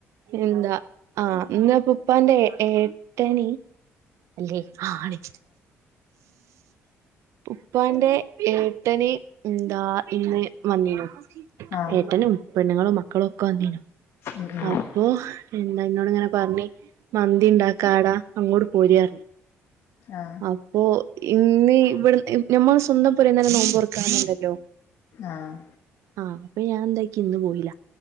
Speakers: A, on the right; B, on the left.
A: എന്താ ആഹ് നിന്നപ്പ ഉപ്പാന്റെ ഏട്ടെനി അല്ലേ ആഹ് ആണ് ഉപ്പാന്റെ ഏട്ടെന് എന്താ ഇന്ന് വന്നീനു
B: ആഹ് ആഹ് ആഹ്
A: ഏട്ടെനും പെണ്ണ്ങ്ങെളും മക്കളും ഒക്കെ വന്നീനു
B: ഉം ഉം
A: അപ്പൊ എന്താ ഇന്നോട് ഇങ്ങെനെ പർഞ്ഞ് മന്തിണ്ടാക്കാടാ അങ്ങോട്ട് പോര്ർ
B: ആഹ്
A: പ്പൊ ഇന്ന് ഇവിട് ഇ ഞമ്മള് സ്വന്തം പോരേന്നെന്നെ നോമ്പൊർക്കാന്ന്ണ്ടല്ലോ
B: ആഹ്
A: ആഹ് അപ്പ ഞാൻ എന്താക്കി ഇന്ന് പോയീലാ